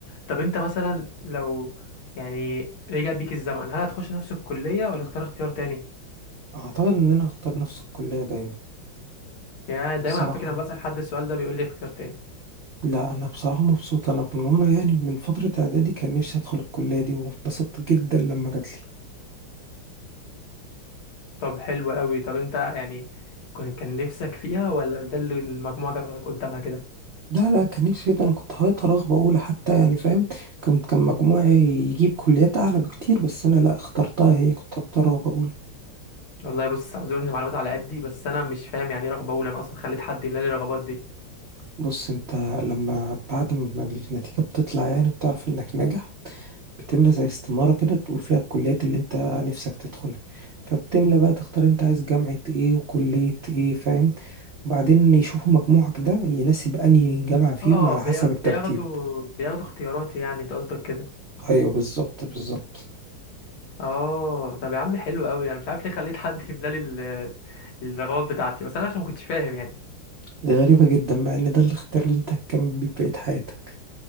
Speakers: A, on the left; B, on the right.
A: طب انت مثلا لو يعني رجع بيك الزمن هل هتخش نفس الكلية ولا اختار اختيار تاني
B: أعتقد إن أنا هختار نفس الكلية دايما
A: يعني دايما
B: بصراحة
A: على فكرة لما بسأل حد السؤال ده بيقول لي اختيار تاني
B: لا أنا بصراحة مبسوط أنا من وأنا يعني من فترة إعدادي كان نفسي أدخل الكلية دي واتبسطت جدا لما جاتلي
A: طب حلو قوي طب انت يعني كان كان نفسك فيها ولا ده اللي المجموعة جابك قدامها كده
B: لا لا كان نفسي فيه ده أنا كنت حاططها رغبة أولى حتى يعني فاهم كنت كان مجموعي يجيب كليات أعلى بكتير بس أنا لا اخترتها هي كنت حاططها رغبة أولى
A: والله بص اعذرني معلومات على قدي بس انا مش فاهم يعني ايه رغبة اولى انا اصلا خليت حد يملى لي الرغبات دي
B: بص انت لما بعد ما النتيجة بتطلع يعني بتعرف انك ناجح بتملى زي استمارة كده تقول فيها الكليات اللي انت نفسك تدخلها فبتملى بقى تختار انت عايز جامعة ايه وكلية ايه فاهم وبعدين يشوفوا مجموعك ده يناسب انهي جامعة فيهم
A: اه
B: على
A: بيا-
B: حسب الترتيب
A: بياخدوا بياخدوا اختياراتي يعني انت قصدك كده
B: ايوه بالظبط بالظبط
A: اه طب يا عم حلو قوي انا مش عارف ليه خليت حد يملى لي ال- الرغبات بتاعتي بس انا عشان ما كنتش فاهم يعني
B: دي غريبة جدا مع ان ده الاختيار اللي انت هتكمل بيه بقية حياتك